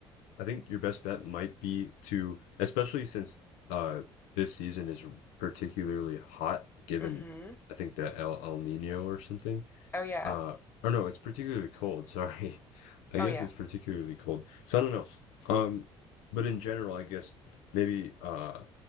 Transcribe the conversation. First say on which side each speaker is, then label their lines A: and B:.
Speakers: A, on the left; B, on the left.
A: I think your best bet might be to, especially since uh, this season is particularly hot, given
B: Mm-hmm.
A: I think the El, El Nino or something.
B: Oh yeah.
A: Uh, or no, it's particularly cold. Sorry, <laughs> I
B: Oh
A: guess
B: yeah.
A: it's particularly cold. So I don't know. Um, but in general, I guess maybe uh,